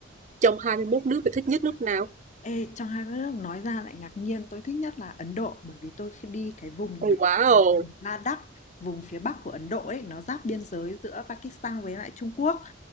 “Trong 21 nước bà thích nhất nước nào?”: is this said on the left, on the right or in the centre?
Right